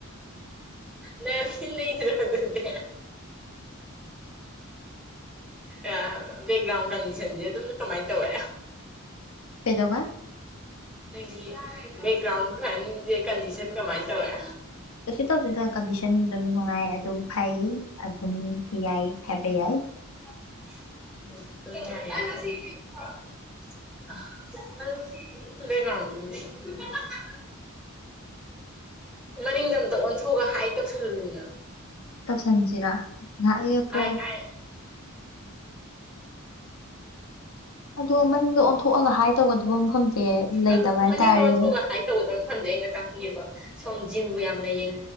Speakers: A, in the centre; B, on the left.
A: ꯅ ꯅꯇꯔꯣꯗꯗ ꯑ ꯕꯦꯛꯒ꯭ꯔꯥꯎꯟ ꯀꯟꯗꯤꯁꯟꯁꯦ ꯑꯗꯨꯝ ꯀꯃꯥꯏꯅ ꯇꯧꯋꯦ
B: ꯀꯩꯗꯧꯕ
A: ꯅꯪꯒꯤ ꯕꯦꯛꯒ꯭ꯔꯥꯎꯟ ꯀꯟꯗꯤꯁꯟ ꯀꯃꯥꯏꯅ ꯇꯧꯋꯤ
B: ꯀꯩꯁꯨ ꯇꯧꯗꯦꯗ ꯀꯟꯗꯤꯁꯟ ꯑꯗꯨꯝ ꯅꯨꯡꯉꯥꯏ ꯑꯗꯨꯝ ꯐꯩ ꯑꯗꯨꯝ ꯌꯥꯏ ꯍꯥꯏꯕ ꯌꯥꯏ
A: ꯌꯥ <unintelligible> <unintelligible> <unintelligible>
B: <inaudible> <inaudible>
A: ꯃꯅꯤꯡꯗ ꯑꯝꯇ ꯑꯣꯟꯊꯣꯛꯑꯒ ꯍꯥꯏ ꯇꯧꯁꯜꯂꯨꯅꯤꯅ
B: ꯁꯟꯖꯤꯔ ꯉꯥꯏꯍꯥꯛ ꯂꯦꯞꯄꯣ
A: ꯍꯥꯏ ꯍꯥꯏ
B: ꯑꯗꯣ ꯃꯅꯤꯡꯗ ꯑꯣꯟꯊꯣꯛꯑꯒ ꯍꯥꯏ ꯇꯧꯒꯗꯕ ꯃꯐꯝꯁꯦ ꯂꯩꯇꯕ
A: ꯑꯗꯣ
B: ꯍꯥꯏꯇꯥꯔꯦꯅꯦ
A: ꯃꯅꯤꯡꯗ ꯑꯣꯟꯊꯣꯛꯑꯒ ꯍꯥꯏ ꯇꯧꯒꯗꯅ ꯃꯐꯝꯖꯦ ꯑꯩꯅ ꯇꯥꯛꯄꯤꯒꯦꯀꯣ ꯁꯣꯝ ꯖꯤꯝꯕꯨ ꯌꯥꯝꯅ ꯌꯦꯡ